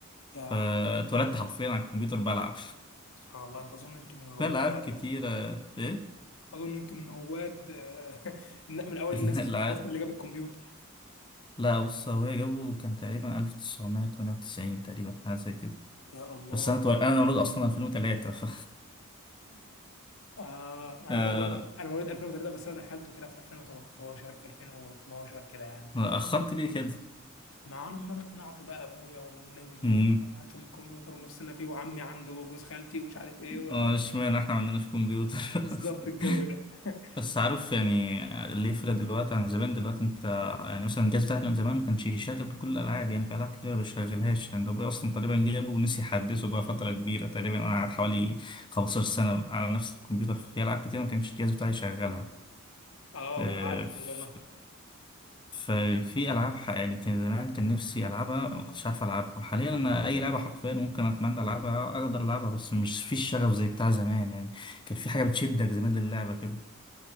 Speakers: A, on the left; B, on the left.
A: يا
B: فاتولدت حرفيا على الكمبيوتر بلعب
A: سبحان الله انت اظن انتوا من رواد
B: في ألعاب كتيرة إيه؟
A: اظن انتوا من رواد آه، <laughs> من اول
B: <laughs>
A: الناس
B: الألعاب
A: في مصر اللي جابت كمبيوتر
B: لا بص هو جابه كان تقريبا 1998 تقريبا حاجة زي كده
A: يا الله
B: بس أنا طو... أنا مولود أصلا 2003 ف
A: آه انا
B: <laughs> آه،
A: برضه انا مواليد 2003 بس انا دخلته كده في 2013 2012 كده يعني في
B: أخرت ليه كده؟
A: مع لما انا اقنعت بقى ابويا والنبي
B: مم.
A: وهاتوا لي الكمبيوتر ونفسنا فيه وعمي عنده وجوز خالتي ومش عارف ايه و-
B: آه، اشمعنى إحنا ما عندناش كمبيوتر <laughs>
A: بالظبط الجو ده <laughs>
B: بس عارف يعني اللي يفرق دلوقتي عن زمان دلوقتي انت يعني مثلا الجهاز بتاعك من زمان ما كانش يشغل كل الالعاب يعني في العاب كتير ما بيشغلهاش لان هو اصلا تقريبا جابه ونسي يحدثه بقى فتره كبيره تقريبا انا قعدت حوالي 15 سنه على نفس الكمبيوتر في العاب كتير ما كانش الجهاز بتاعي يشغلها
A: اه
B: اه،
A: انا عارف
B: ف
A: الموضوع ده
B: ففي العاب ح- يعني كان زمان كان نفسي العبها ما كنتش عارف العبها وحاليا انا اي لعبه حرفيا ممكن اتمنى العبها اقدر العبها بس مش في الشغف زي بتاع زمان يعني كان في حاجه بتشدك زمان للعبه كده